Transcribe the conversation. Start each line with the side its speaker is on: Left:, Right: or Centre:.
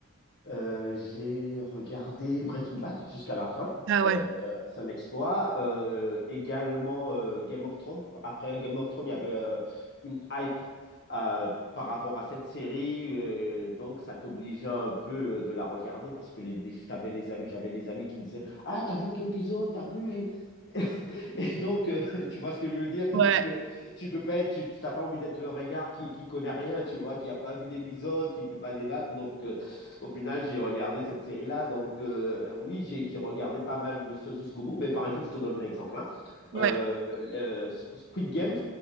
Left: Euh, j'ai regardé Breaking Bad jusqu'à la fin.
Right: Ah
Left: Euh,
Right: ouais,
Left: c'est un exploit. Euh, également euh, Game of Thrones. Après Game of Thrones, il y avait euh, une hype euh, par rapport à cette série. euh, donc, ça t'obligeait un peu euh, de la regarder parce que les, des- t'avais des amis, j'avais des amis qui me disaient, Ah, t'as vu l'épisode, t'as vu. Et donc, euh, <laughs> tu vois ce que je veux dire? Donc,
Right: ouais,
Left: euh, tu peux pas être, tu t'as pas envie d'être le ringard qui, qui connaît rien, tu vois, qui a pas vu l'épisode, qui peut pas débattre. Donc, euh, au final, j'ai regardé cette série-là. Donc, euh, oui, j'ai j'ai regardé pas mal de choses jusqu'au bout. Mais par exemple, je te donne un exemple, hein.
Right: ouais.
Left: Euh, le Squid Games,